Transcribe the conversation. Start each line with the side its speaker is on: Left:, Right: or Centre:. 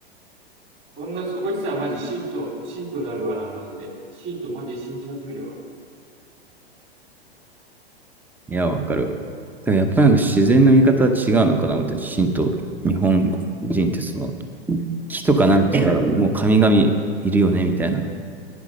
Right: こんなそこ行ってたらマジ信徒、信徒になるわな、マジで。信徒マジ信じ始めるわ。
Centre: いや、わかる。だからやっぱりなんか自然の見方は違うのかな、私たち、神道、日本人ってその、木とかなんかからもう神々いるよね、みたいな